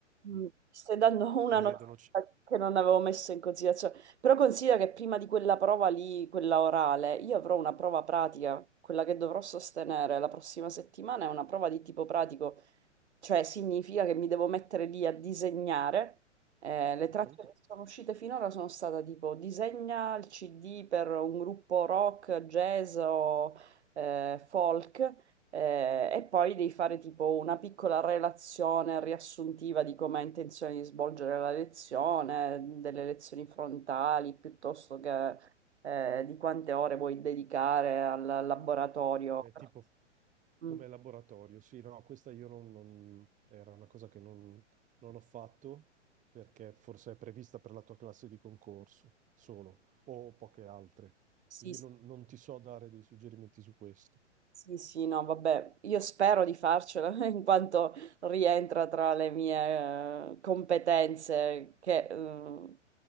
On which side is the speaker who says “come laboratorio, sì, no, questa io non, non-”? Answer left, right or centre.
Right